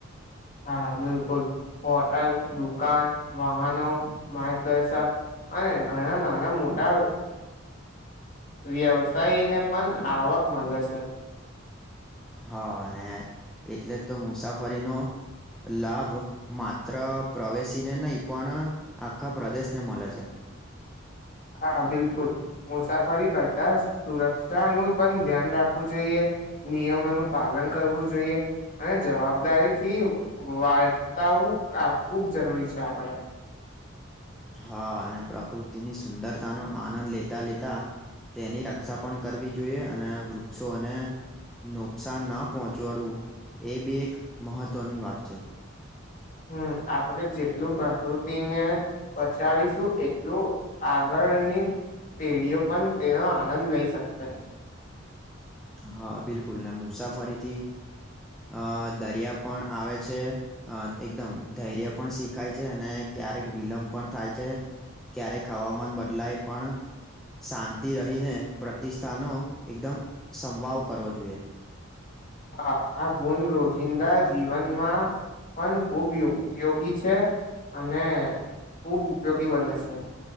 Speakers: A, on the left; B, in the centre.
A: હા બિલકુલ હોટલ, દુકાન, વાહનો, માર્ગદર્શક અને ઘણા નાના મોટા વ્યવસાયને પણ આવા ક મલે છે.
B: હા અને એટલે તો મુસાફરીનો લાભ માત્ર પ્રવેશીને નહીં પણ આખા પ્રદેશને મલે છે.
A: હા બિલકુલ મુસાફરી કરતા સુરક્ષાનું પણ ધ્યાન રાખવું જોઈએ નિયમોનુ પાલન કરવું જોઈએ અને જવાબદારી થી વાર્તાું ખૂબ જરૂરી છે આપડે
B: હા અને પ્રકૃતિની સુંદરતાનોો આનંદ લેતા લેતા તેની રક્ષા પણ કરવી જોઈએ અને વૃક્ષો અને નુકસાન ન પહોંચ વડવું એ બી એક મહત્ત્વની વાત છે
A: હમ આપણેે જેટલું પ્રકૃતિને બચાવીશું એટલું આગળ ની પેઢીઓ પણ તેનો આનંદ લઈ શકશે
B: હા બિલકુલ ના મુસાફરીથી અ દરિયા પણ આવે છે અ એકદમ ધૈર્ય પણ શીખાય છે અને ક્યારેક વિલંબ પણ થાય છે ક્યારેક હવામાન બદલાય પણ શાંતિ રહીને પ્રતિષ્ઠાનો એકદમ સંવાવ કરવો જોઈએ
A: હા આ ગુણ રોજિંદા જીવનમાં પણ ખૂબ ઉપયોગી છે અને ખુબ ઉપયોગી બને છે